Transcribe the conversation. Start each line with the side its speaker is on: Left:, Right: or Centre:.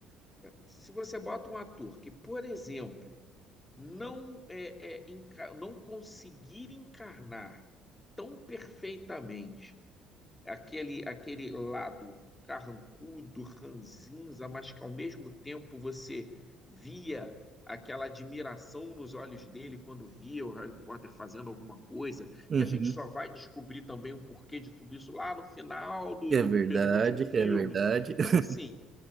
Left: se você bota um ator que, por exemplo, não, é, é, enca- não conseguir encarnar tão perfeitamente aquele, aquele lado carrancudo, ranzinza, mas que ao mesmo tempo você via aquela admiração nos olhos dele quando via o Harry Potter fazendo alguma coisa,
Right: Uhum.
Left: que a gente só vai descobrir também o porquê de tudo isso lá no final do,
Right: É
Left: do
Right: verdade,
Left: do penúltimo filme.
Right: é verdade. <laughs>
Left: Então, assim,